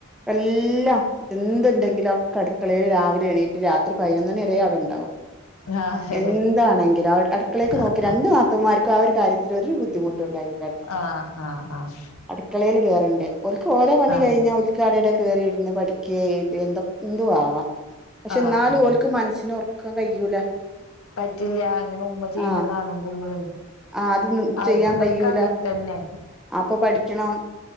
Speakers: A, in the centre; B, on the left.
A: എല്ലാം എന്തുണ്ടെങ്കിലും ഒക്കെ അടുക്കളയിൽ രാവിലെ എണീറ്റ് രാത്രി പതിനൊന്നണി വരെ അവിടെ ഉണ്ടാവും
B: ആഹ്
A: എന്താണെങ്കില അടുക്കളേക്ക്
B: ആഹ്
A: നോക്കി രണ്ട നാത് ത്തൂൻമാർക്കും ആ ഒരു കാര്യത്തിൽ ഒരു ബുദ്ധിമുട്ടുണ്ടായി
B: ആഹ് ആഹ് ആഹ്
A: അടുക്കളയിൽ കേയറണ്ടേ ഓൽക്ക് ഓരോ പണി
B: അതെ
A: കഴിഞ്ഞാൽ ടയുടെ കയറി ഇരുന്ന് പഠിക്കുക എഴുതൂ എന്ത എന്തുവാവാ പക്ഷെ
B: ആഹ്
A: എന്നാലും
B: ആഹ്
A: ഓൽക്ക് മനസ്സിന് ഉറക്കാൻ കഴിയൂല
B: പറ്റില്ല അങ്ങനെ ഉമ്മ ചെയ്യുന്ന
A: ആഹ്
B: കാണുമ്പോുമമ്മള്
A: ആഹ് അത്
B: അമക്കൊക്കെ
A: ചെയ്യാൻ കഴിയൂല
B: അങ്ങനെ തന്നെ
A: അപ്പൊ പഠിക്കണം